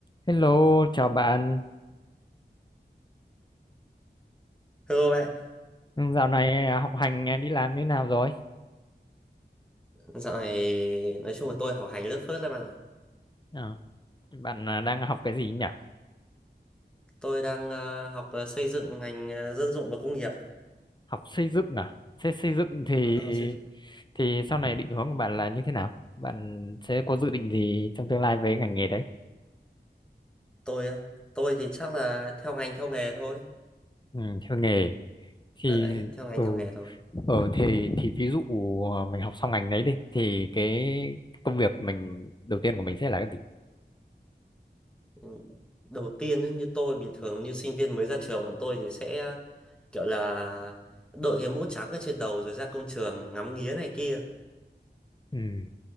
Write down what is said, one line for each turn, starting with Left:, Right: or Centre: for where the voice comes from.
Left: Hello, chào bạn.
Centre: Hello bạn,
Left: Ừ, Dạo này à, học hành à, đi làm như nào rồi?
Centre: dạo này nói chung là tôi học hành lướt phớt lắm bạn ạ.
Left: Ờ, Bạn à, đang học cái gì nhỉ?
Centre: Tôi đang ờ, học ờ, xây dựng ngành ờ, dân dụng và công nghiệp.
Left: Học xây dựng à? Thế xây dựng thì
Centre: Ừ, tôi học xây dựng.
Left: thì sau này định hướng của bạn là như thế nào? Bạn sẽ có dự định gì trong tương lai với ngành nghề đấy?
Centre: Tôi á, tôi thì chắc là theo ngành theo nghề thôi.
Left: Ừ, theo nghề thì
Centre: Đấy, theo ngành
Left: ừ,
Centre: theo nghề thôi.
Left: ở thì thì ví dụ à, mình học xong ngành đấy đi thì cái công việc mình đầu tiên của mình sẽ là cái gì?
Centre: Ừ. Đầu tiên ấy, như tôi bình thường như sinh viên mới ra trường bọn tôi thì sẽ kiểu là đội cái mũ trắng ở trên đầu rồi ra công trường ngắm nghía này kia.
Left: Ừ,